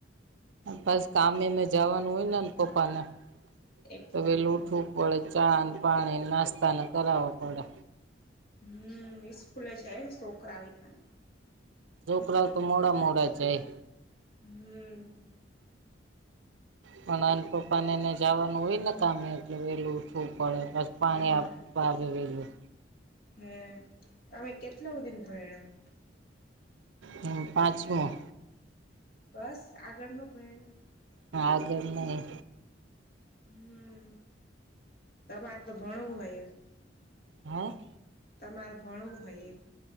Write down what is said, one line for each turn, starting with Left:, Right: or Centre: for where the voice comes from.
Right: પછ, કામે ને જવાનું હોય ને, આન પપ્પાને,
Left: એટલે
Right: તો વેલુ
Left: હમ
Right: ઉઠવું પડે. ચા, ન પાણી, નાસ્તાને કરાવા પડે.
Left: હમ્મ, ઈસ્કૂલએ જાય છોકરાને ઈકાં.
Right: છોકરાઓ તો મોડા મોડા જાય.
Left: હમ
Right: પણ આન પપ્પા ને એને જવાનું હોય ને કામે. એટલે વહેલું ઉઠવું પડે. બસ પાણી
Left: હા
Right: આપ આવેે વહેલું.
Left: હે. તમે કેટલે હુધીન ભયણાં?
Right: હું પાંચમું.
Left: બસ? આગળ નો ભયણાં?
Right: ના આગળ નહિં.
Left: હમ્મ. તમારે તો ભણવું હોય એમ.
Right: હે?
Left: તમારે ભણવું હોય એમ.